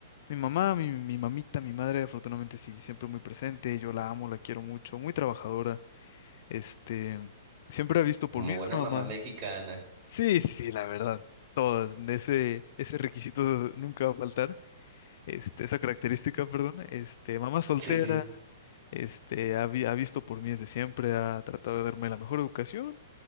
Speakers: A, on the left; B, on the right.
A: Mi mamá, mi, mi mamita, mi madre, afortunadamente sí, siempre muy presente. Yo la amo, la quiero mucho, muy trabajadora. Este, siempre ha visto por
B: Como
A: mí,
B: buena
A: es una
B: mamá
A: mamá.
B: mexicana.
A: Sí, sí, sí, la verdad. Todas, ese, ese requisito nunca va a faltar, este, esa característica, perdón, este, mamá soltera,
B: Sí, sí.
A: este, ha, vi- ha visto por mí desde siempre, ha tratado de darme la mejor educación